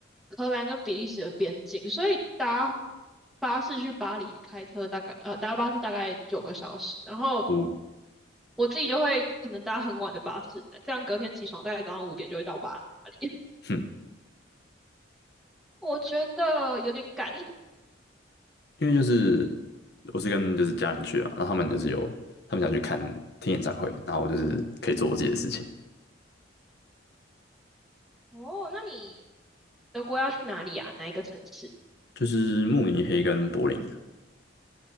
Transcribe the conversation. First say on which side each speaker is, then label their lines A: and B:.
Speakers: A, in the centre; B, on the left.
A: 荷兰跟比利时的边境，所以搭巴士去巴黎，开车大概呃搭巴士大概九个小时，然后
B: 我，
A: 我自己就会可能搭很晚的巴士，这样隔天起床大概早上五点就会到巴黎。<laughs>
B: 哼，
A: 我觉得有点赶。
B: 因为就是我是跟就是家人去啊，然后他们就是有他们想去看听演唱会，然后我就是可以做我自己的事情，
A: 哦，那你德国要去哪里啊？哪一个城市？
B: 就是慕尼黑跟柏林，